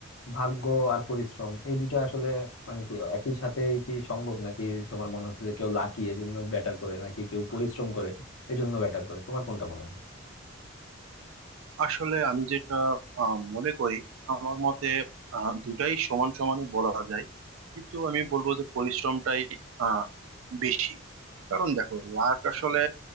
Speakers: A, on the left (about 80°); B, on the right (about 75°).
A: ভাগ্য আর পরিশ্রম এই দুইটা আসলে মানে কি একই সাথে কি সম্ভব নাকি তোমার মনে হচ্ছে যে কেউ লাকি এজন্য ব্যাটার করে নাকি কেউ পরিশ্রম করে এজন্য ব্যাটার করে তোমার কোনটা মনে হয়
B: আসলে আমি যেটা আহ, মনে করি আমার মতে আহ, দুটাই সমান সমানই বলা যায় কিন্তু আমি বলবো যে পরিশ্রমটাই আহ, বেশি কারণ দেখো লাক আসলে